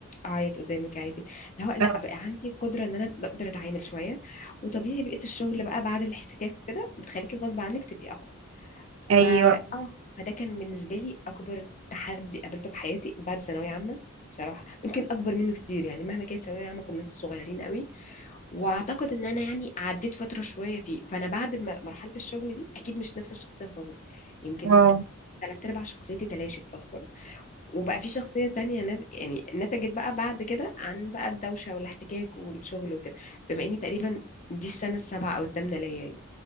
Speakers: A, on the left; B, on the right.
A: اعيط قدامك عادي اللي هو لا
B: آه.
A: بقى عندي قدره ان انا اقدر اتعامل شويه وطبيعي بقيت الشغل بقى بعد الاحتكاك وكده بتخليكي غصب عنك تبقي اقوى ف
B: ايوه
A: اه فده كان بالنسبه لي اكبر تحدي قابلته في حياتي بعد ثانويه عامه بصراحه يمكن اكبر منه كتير يعني مهما كانت ثانويه عامه كنا صغيرين قوي واعتقد ان انا يعني عديت فتره شويه فيه فانا بعد ما مرحله الشغل دي اكيد مش نفس الشخصيه خالص يمكن
B: اه
A: ثلاث ارباع شخصيتي تلاشت اصلا وبقى في شخصيه تانية نت- يعني نتجت بقى بعد كده عن بقى الدوشه والاحتكاك والشغل وكده بما اني تقريبا دي السنه السابعه او الثامنه ليا يعني